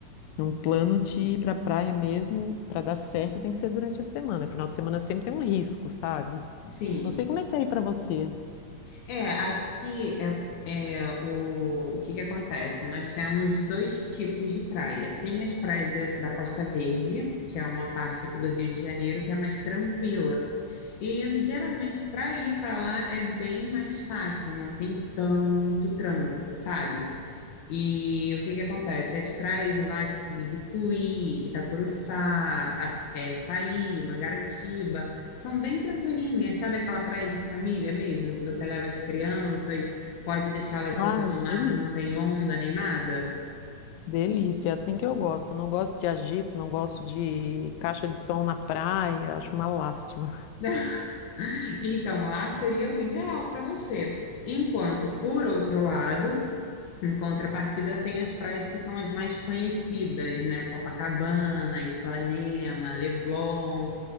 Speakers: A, on the left; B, on the left.
A: é um plano de ir para a praia mesmo, para dar certo, tem que ser durante a semana. Final de semana sempre tem um risco, sabe?
B: sim.
A: Não sei como é que é aí para você.
B: É, aqui é, é, o, o que que acontece? Nós temos dois tipos de praia. Tem as praias da, da Costa Verde, que é uma parte aqui do Rio de Janeiro que é mais tranquila. E geralmente para ir para lá é bem mais fácil, não tem tanto trânsito, sabe? E o que que acontece? As praias de lá, que são Ibicuí, Itacuruçá, As- é, Saí, Mangaratiba, são bem tranquilinhas, sabe aquela praia de família mesmo, que você leva as crianças, pode deixá-las soltas
A: Ai,
B: no
A: delícia.
B: mar que não tem onda nem nada?
A: Delícia, é assim que eu gosto. Não gosto de agito, não gosto de caixa de som na praia, acho uma lástima.
B: <laughs> Então, lá seria o ideal para você. Enquanto, por outro lado, Em contrapartida, tem as praias que são as mais conhecidas, né? Copacabana, Ipanema, Leblon,